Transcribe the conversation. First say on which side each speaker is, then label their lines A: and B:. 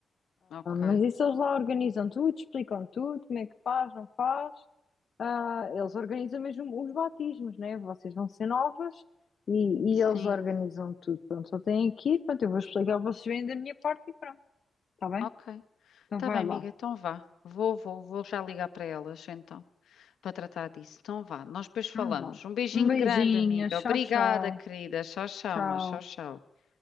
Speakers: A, on the left; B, on the left.
A: Ok.
B: Mas isso eles lá organizam tudo, explicam tudo, como é que faz, não faz. Ah, eles organizam mesmo os batismos, né? Vocês vão ser novas e,
A: Sim.
B: e eles organizam tudo. Pronto, só têm que ir, pronto, eu vou explicar, vocês vêm da minha parte e pronto, tá bem?
A: Ok.
B: Então
A: Tá
B: vai
A: bem, amiga,
B: lá,
A: então vá. Vou, vou, vou já ligar para elas, então, para tratar disso. Então vá, nós depois falamos.
B: então vá.
A: Um beijinho
B: Um beijinho,
A: grande, amiga.
B: tchau,
A: Obrigada,
B: tchau,
A: querida. Tchau, tchau,
B: tchau.
A: mas tchau, tchau.